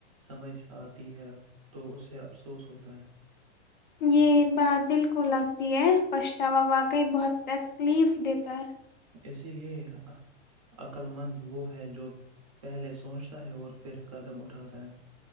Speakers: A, on the right; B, on the left.
A: سمجھ آتی ہے تو اسے افسوس ہوتا ہے
B: یہ ب دل کو لگتی ہے پچھتاوا واقعی بہت تکلیف دیتا ہے
A: اسی لیے عقل مند وہ ہے جو پہلے سوچتا ہے اور پھر قدم اٹھاتا ہے